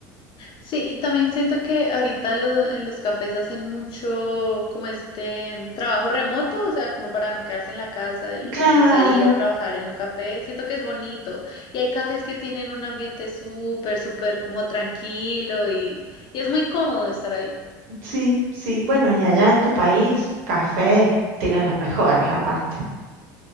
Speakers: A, on the left; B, on the right.
A: Sí, y también siento que ahorita lo- en los cafés hacen mucho como este trabajo remoto, o sea, como para no quedarse en la casa y, y
B: Claro,
A: salir a trabajar en un café. Siento que es bonito. Y hay cafés que tienen un ambiente súper, súper como tranquilo y, y es muy cómodo estar ahí.
B: sí, sí. Bueno, y allá en tu país, café tienen los mejores aparte.